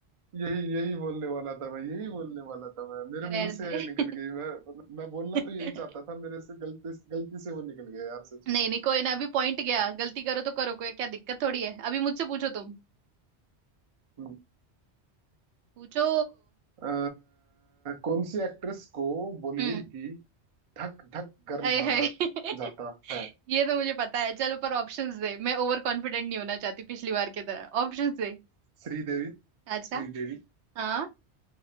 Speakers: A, on the right; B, on the right.
A: यही यही बोलने वाला था मैं यही बोलने वाला था मैं मेरे
B: रहने
A: मुंह से
B: दे
A: यही निकल गई मैं मतलब मैं बोलना
B: <laughs>
A: तो यही चाहता था मेरे से गलती गलती से वो निकल गया यार सच
B: नहीं
A: में
B: नहीं कोई ना अभी पॉइंट गया गलती करो तो करो कोई क्या दिक्कत थोड़ी है अभी मुझसे पूछो तुम।
A: हम्म।
B: पूछो
A: अ, कौन सी एक्ट्रेस को बॉलीवुड
B: हम्म
A: की धक धक गर्ल
B: अरे
A: माना
B: है <laughs>
A: जाता है
B: ये तो मुझे पता है चलो पर ऑप्शंस दे मैं ओवर कॉन्फिडेंट नहीं होना चाहती पिछली बार की तरह ऑप्शंस दे
A: श्रीदेवी
B: अच्छा
A: श्रीदेवी
B: हाँ